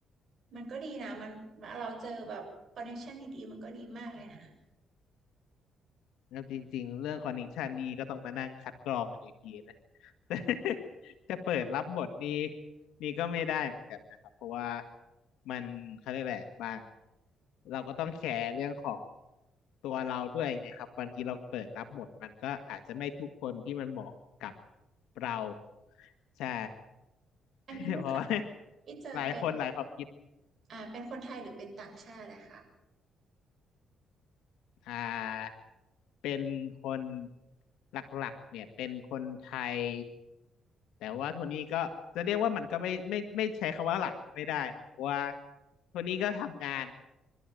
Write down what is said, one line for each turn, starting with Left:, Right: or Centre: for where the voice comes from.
Right: มันก็ดีนะมันเราเจอแบบคอนเนคชั่นดีๆมันก็ดีมากเลยนะ
Left: แล้วจริงๆเรื่องคอนเนคชันนี่ก็ต้องมานั่งคัดกรองกันอีกทีนะ <laughs> แต่จะเปิดรับบทนี่นี่ก็ไม่ได้เหมือนกันนะครับเพราะว่ามันเขาเรียกแหละไรบางเราก็ต้องแคร์เรื่องของตัวเราด้วยไงครับบางทีเราเปิดรับบทมันก็อาจจะไม่ทุกคนที่มันเหมาะกับเราใช่
Right: อันนี้ลูกค้า
Left: <laughs> เพราะว่า <laughs>
Right: ที่เจอเป็น
Left: หลายคนหลายความคิด
Right: อ่าเป็นคนไทยหรือเป็นต่างชาตินะคะ
Left: อ่าเป็นคนหลักๆเนี่ยเป็นคนไทยแต่ว่าโทนี่ก็จะเรียกว่ามันก็ไม่ไม่ไม่ใช้คำว่าหลักก็ไม่ได้เนอะเพราะว่าโทนี่ก็ทำงาน